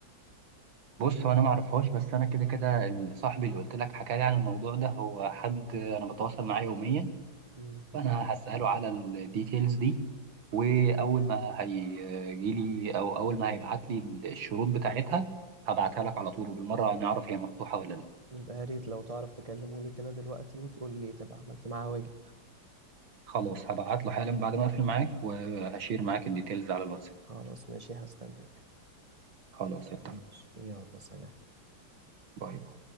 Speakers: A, on the right; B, on the right.
A: بص هو انا ما اعرفهاش بس انا كده كده ال- صاحبي اللي قلت لك حكى لي عن الموضوع ده هو حد انا بتواصل معاه يوميا
B: مهم.
A: فانا هساله على الديتيلز دي واول ما هيجي لي او اول ما هيبعت لي الشروط بتاعتها هبعتها لك على طول وبالمره هنعرف هي مفتوحه ولا لا
B: يبقى يا ريت لو تعرف تكلمه لي كده دلوقتي وتقول لي تبقى عملت معاه واجب
A: خلاص هبعت له حالا بعد ما اقفل معاك وهشير معاك الديتيلز على الواتساب
B: خلاص ماشي هستناك
A: خلاص اتفق
B: ماشي يلا سلام
A: باي باي